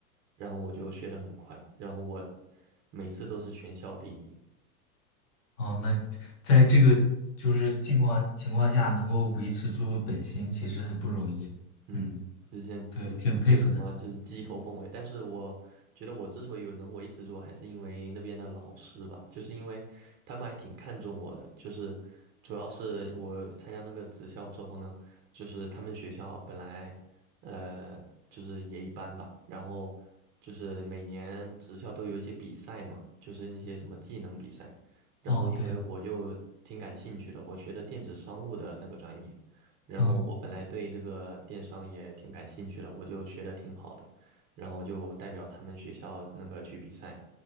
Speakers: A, on the right; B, on the left.
A: 然后我就学得很快，然后我每次都是全校第一。
B: 哦，那在这个就是境况情况下，能够维持住本心，其实很不容易。
A: 嗯，
B: 嗯，
A: 之前鸡就是什么，
B: 对，我挺佩服的。
A: 就是鸡头凤尾。但是我觉得我之所以能维持住，还是因为那边的老师吧，就是因为他们还挺看重我的。就是主要是我参加那个职校之后呢，就是他们学校本来呃就是也一般吧，然后就是每年职校都有一些比赛嘛，就是一些什么技能比赛。然后因为我就挺感兴趣的，
B: 哦，对，
A: 我学的电子商务的那个专业。然后我本来对这个电商也挺感兴趣的，
B: 嗯，
A: 我就学的挺好的，然后就代表他们学校那个去比赛，